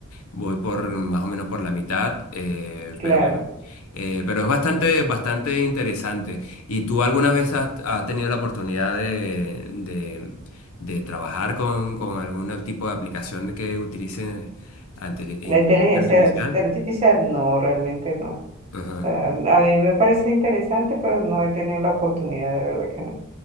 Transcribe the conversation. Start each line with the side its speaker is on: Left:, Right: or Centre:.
Left: Voy por más o menos por la mitad, eh,
Right: claro.
Left: pero bueno, eh, pero es bastante, bastante interesante. ¿Y tú alguna vez has, has tenido la oportunidad de, de- de trabajar con, con algún tipo de aplicación que utilice ante- inteligencia
Right: La inteligencia
Left: artificial?
Right: artificial, no, realmente no.
Left: Ajá.
Right: O sea, a mí me parece interesante, pero no he tenido la oportunidad, de verdad que no.